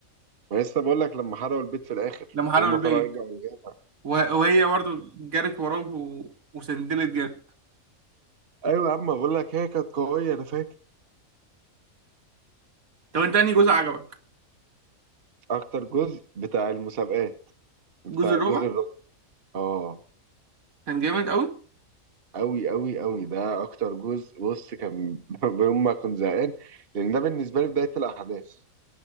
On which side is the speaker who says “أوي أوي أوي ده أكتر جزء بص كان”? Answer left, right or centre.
Right